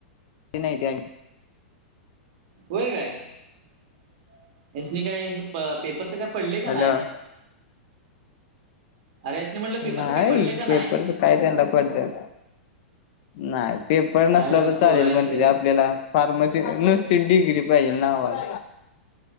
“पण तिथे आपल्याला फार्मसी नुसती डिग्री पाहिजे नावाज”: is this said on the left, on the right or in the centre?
Left